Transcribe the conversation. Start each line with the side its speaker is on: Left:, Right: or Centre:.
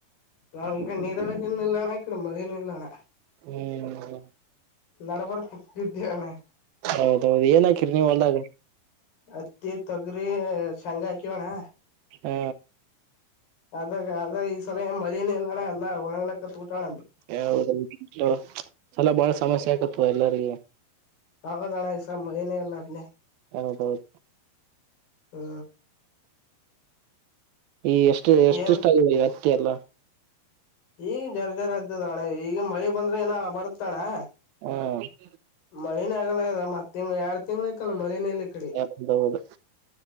Left: ನಾವು ಈ ಕಡೆ ನೀರಾವರಿನು ಇಲ್ಲಣ್ಣಾ ಈ ಕಡೆ ಮಳಿನು ಇಲ್ಲಣ್ಣಾ.
Right: ಹು ಹು
Left: ನಡಬರ್ಕ ಇದ್ಯೆವನ್ನಾ.
Right: ಹೌದ ಹೌದ ಏನ್ ಹಾಕಿರಿ ನೀವ ಹೊಲ್ದಾಗ.
Left: ಹತ್ತಿ ತೊಗರಿ ಶೇಂಗಾ ಹಾಕೇವನ್ನಾ.
Right: ಹ
Left: ಅದ್ರಗ ಅದ ಈ ಸರೆ ಮಳಿನ ಇಲ್ಲಣ್ಣಾ ಎಲ್ಲಾ ಒಣ್ಲಕ್ಕಬಿಟ್ಟಾವಣ್ಣಾ.
Right: ಈವ್ ಹೌದ ತೊ ಅಲ್ಲಾ ಬಾಳ ಸಮಸ್ಯೆ ಆಯತಪ್ಪ ಎಲ್ಲರಿಗಿ.
Left: ಹೌದಣ್ಣ ಈಸ ಮಳಿನೇ ಇಲ್ಲ ಅಲ್ಲೆ.
Right: ಹೌದ ಹೌದ.
Left: ಹು
Right: ಈ ಎಷ್ಟು ಎಷ್ಟಷ್ಟ
Left: ಏನ್
Right: ಆಗದ ಈ ಹತ್ತಿ ಎಲ್ಲಾ.
Left: ಈಗ ಜರ ಜರ ಹತ್ತೇತನ್ನಾ ಈಗ ಮಳಿ ಬಂದ್ರ ಏನ ಬರ್ತಣ್ಣಾ.
Right: ಹು
Left: ಮಳಿನ ಆಗಲ್ಲ ಇದ ಮತ್ತ ತಿಂಗ್ ಎರಡ್ ತಿಂಗಳ ಆಯತಲ್ಲ ಮಳಿನ ಇಲ್ಲ ಇಕಡೆ.
Right: ಹೌದ ಹೌದ